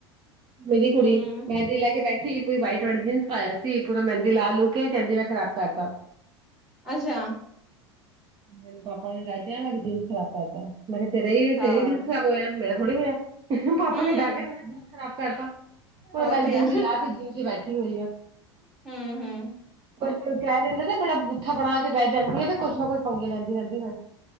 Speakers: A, on the right (about 35°); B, in the centre.
A: ਮੇਰੀ ਕੁੜੀ,
B: ਹਮ
A: ਮੈਦੀ ਲੈ ਕੇ ਬੈਠੀ। ਪੂਰੀ ਵਾਈਟ-ਵਾਈਟ ਜਿਨਸ ਪਾਇਆ ਸੀ, ਪੂਰਾ ਮੈਦੀ ਲਾ ਲੂ ਕੇ ਕਹਿੰਦੀ, ਮੈਂ ਖਰਾਬ ਕਰਤਾ।
B: ਅੱਛਾ।
A: ਮੈਨੂੰ ਪਾਪਾ ਨੇ ਡਾਂਟਿਆ ਮੈਂ ਜਿਨਸ ਖਰਾਬ ਕਰਤਾ, ਮੈਂ ਕਿਹਾ ਤੇਰੇ ਈ
B: ਹਾਂ
A: ਤੇਰੇ ਜਿਨਸ ਖਰਾਬ ਹੋਇਆ। ਮੇਰਾ ਥੋੜ੍ਹੀ ਹੋਇਆ ਪਾਪਾ
B: ਹਮ
A: ਨੇ ਡਾਂਟਿਆ ਕਹਿਤਾ ਜਿਨਸ ਖਰਾਬ ਕਰਤਾ ਪੂਰਾ
B: ਉਹ
A: ਮੈਦੀ
B: ਤੇ ਆ
A: ਲਾਹ ਤੇ ਦੀ ਬੈਠੀ ਹੋਈ ਆ।
B: ਹਮ ਹਮ
A: ਕੋਈ ਕੈ ਦਿੰਦਾ ਤੇ, ਬੜ ਬੂਥਾ ਬਣਾ ਕੇ ਬੈ ਜਾਂਦੀ ਐ ਤੇ, ਕੁੱਛ ਨਾ ਕੁੱਝ ਪੰਗੇ ਲੈਂਦੀ ਰਹਿੰਦੀ ਫਿਰ।